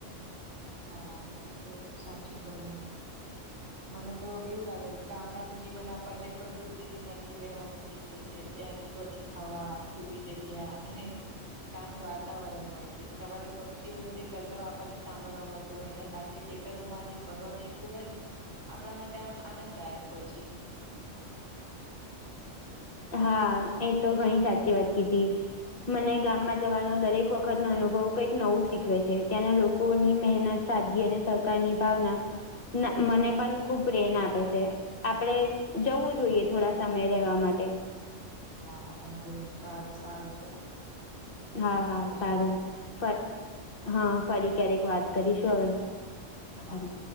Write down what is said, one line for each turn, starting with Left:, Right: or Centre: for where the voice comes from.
Right: હા એતો સાચું કહ્યું.
Left: <inaudible>
Right: મને તો એવું લાગે છે કે ગામડાનું જીવન આપણને પ્રકૃતિની નજીક રહેવાનું શીખવે છે ત્યાંની સ્વચ્છ હવા, ખુલી જગ્યા અને શાંત વાતાવરણ હોય છે. સવારે પક્ષીઓનું જે કલરવ આપણને સાંભ મળવા મળતું હોયને સાંજે ખેતરોમાં જે ફરવાનું એ ખુબ જ આપણા માટે આમ આનંદદાયક હોય છે.
Left: હા એતો ઘણી સાચી વાત કીધી. મને ગામમાં જવાનો દરેક વખતનો અનુભવ કંઈક નવું શીખવે છે. ત્યાંના લોકોની મહેનત સાદગી અને સહકારની ભાવના ના મને પણ ખુબ પ્રેરણા આપે છે. આપણે જવું જોઈએ થોડા સમય રહેવા માટે.
Right: હા વાંધો નહી સારું સારું ચલો. પછી
Left: હા
Right: વાત
Left: હા
Right: કરીશું
Left: સારું
Right: આપડે
Left: ફરી હ ફરી ક્યારેક
Right: હા
Left: વાત કરીશું હવે.
Right: હા..
Left: સારું.